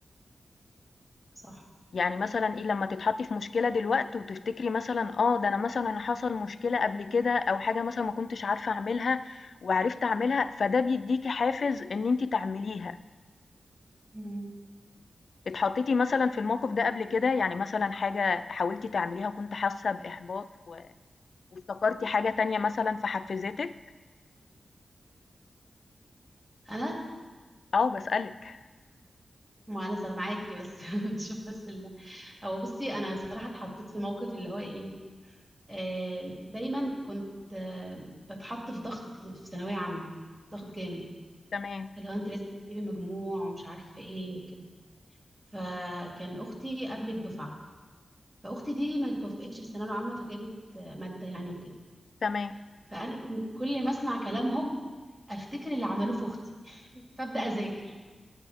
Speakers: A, on the right (about 25°); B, on the left (about 70°).
A: صح
B: يعني مثلًا إيه لمّا تتحطّي في مشكلة دلوقت وتفتكري مثلًا آه، ده أنا مثلًا حصل مشكلة قبل كده أو حاجة مثلًا ما كنتش عارفة أعملها وعرفت أعملها، فده بيدّيكِ حافز إن أنتِ تعمليها.
A: مم.
B: اتحطيتِ مثلًا في الموقف ده قبل كده؟ يعني مثلًا حاجة حاولتِ تعمليها وكنتِ حاسة بإحباط و وافتكرتِ حاجة تانية مثلًا فحفزتِك؟
A: انا
B: آه باسألِك.
A: ما انا سامعاكي بس <laughs> بشوف بس هو بصي انا بصراحه اتحطيت في موقف اللي هو ايه آه دايما كنت آه بتحط في ضغط في ثانويه عامه ضغط جامد
B: تمام،
A: اللي هو انت لازم تجيبي مجموع ومش عارفه ايه وكده فكان اختي قبلي بدفعه فاختي دي ما توفقتش في الثانويه العامه فجابت آه، ماده يعني وكده
B: تمام،
A: فانا كان كل ما اسمع كلامهم افتكر اللي عملوه في اختي <laughs> فابدا اذاكر